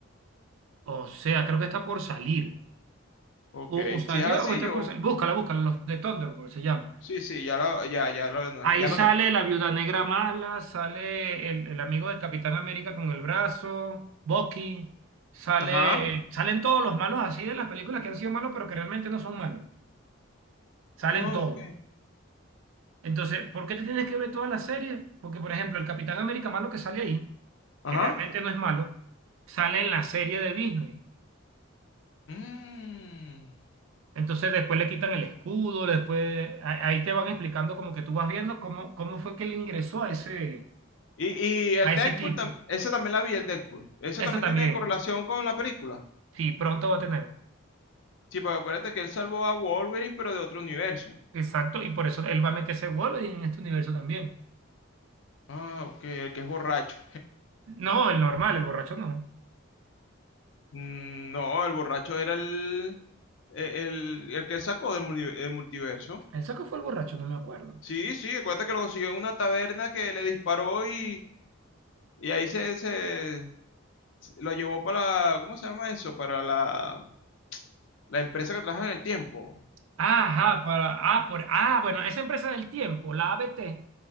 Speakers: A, on the right (about 70°); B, on the left (about 60°).
A: O sea, creo que está por salir.
B: Ok,
A: O, o
B: si
A: salió
B: es así,
A: o está
B: yo.
A: por salir. Búscala, búscala, los de Thunderbolts se llama.
B: Sí, sí, ya la, ya, ya lo, ano-
A: Ahí
B: ya
A: sale
B: lo anoté.
A: la Viuda Negra mala, sale el, el amigo del Capitán América con el brazo, Bucky, sale,
B: Ajá.
A: eh, salen todos los malos así de las películas que han sido malos, pero que realmente no son malos. Salen
B: No,
A: todos.
B: ok.
A: Entonces, ¿por qué te tienes que ver todas las series? Porque, por ejemplo, el Capitán América malo que sale ahí,
B: Ajá.
A: que realmente no es malo, sale en la serie de Disney.
B: Mm.
A: Entonces después le quitan el escudo, después a- ahí te van explicando como que tú vas viendo cómo, cómo fue que él ingresó a ese,
B: Y, y el
A: a ese
B: Deadpool,
A: equipo.
B: tam- ese también la vi, el Deadpool. Ese
A: Eso
B: también
A: también,
B: tiene correlación con la película.
A: sí, pronto va a tener.
B: Sí, pero acuérdate que él salvó a Wolverine, pero de otro universo.
A: Exacto, y por eso él va a meterse Wolverine en este universo también.
B: Ah, ok, el que es borracho.
A: No, el normal, el borracho no.
B: Mm, No, el borracho era el, e, el, el que sacó del muni- del multiverso.
A: ¿El saco fue el borracho? No me acuerdo.
B: Sí, sí, acuérdate que lo consiguió en una taberna que le disparó y, Y ahí se, se- lo llevó para la, ¿cómo se llama eso? Para la, la empresa que trabaja en el tiempo,
A: Ajá, para, ah, por, ah, bueno, esa empresa del tiempo, la ABT,